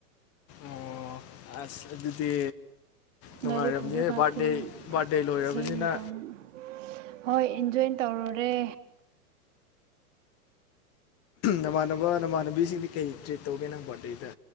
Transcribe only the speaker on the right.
ꯂꯥꯏꯔꯤꯛꯄꯨꯗꯤ ꯈꯔ
ꯊꯦꯡꯅ
ꯊꯦꯡꯅ ꯇꯣꯝꯃꯤ ꯍꯣꯏ ꯏꯟꯖꯣꯏꯟ ꯇꯧꯔꯨꯔꯦ꯫